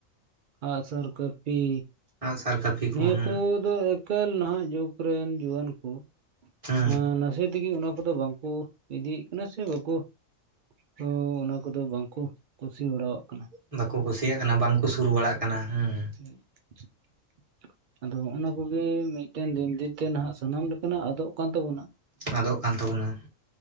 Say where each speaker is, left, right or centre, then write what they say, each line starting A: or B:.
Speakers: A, on the right; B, on the right.
A: ᱟᱸᱜᱼᱥᱟᱨ, ᱠᱟᱹᱯᱤ
B: ᱟᱸᱜ ᱥᱟᱨ, ᱠᱟᱹᱯᱤ ᱠᱚ
A: ᱱᱤᱭᱟᱹ
B: ᱦᱩᱸ
A: ᱠᱚᱫᱚ ᱮᱠᱟᱞ ᱱᱟᱦᱟᱜ ᱡᱩᱜᱽ ᱨᱮᱱ ᱡᱩᱣᱟᱹᱱ ᱠᱚ
B: ᱦᱩᱸ
A: ᱦᱮᱸ ᱱᱟᱥᱮ ᱛᱮᱜᱮ ᱚᱱᱟ ᱠᱚᱫᱚ ᱵᱟᱝᱠᱚ ᱤᱫᱤᱭᱮᱜ ᱠᱟᱱᱟ ᱥᱮ ᱵᱟᱠᱚ ᱛᱚ ᱚᱱᱟ ᱠᱚᱫᱚ ᱵᱟᱝᱠᱚ ᱠᱩᱥᱤ ᱵᱟᱲᱟᱣᱟᱜ ᱠᱟᱱᱟ ᱾
B: ᱵᱟᱠᱚ ᱠᱩᱥᱤᱭᱟᱜ ᱠᱟᱱᱟ ᱵᱟᱝᱠᱚ ᱥᱩᱨ ᱵᱟᱲᱟᱜ ᱠᱟᱱᱟ ᱾ ᱦᱩᱸ
A: <inaudible> ᱟᱫᱚ ᱦᱚᱜᱼᱱᱟ ᱠᱚᱜᱮ ᱢᱤᱫᱴᱮᱱ ᱫᱤᱱ ᱫᱤᱱᱛᱮ ᱱᱟᱦᱟᱜ ᱥᱟᱱᱟᱢ ᱞᱮᱠᱟᱱᱟᱜ ᱟᱫᱚᱜ ᱠᱟᱱ ᱛᱟᱵᱚᱱᱟ ᱾
B: ᱟᱫᱚᱜ ᱠᱟᱱ ᱛᱟᱵᱚᱱᱟ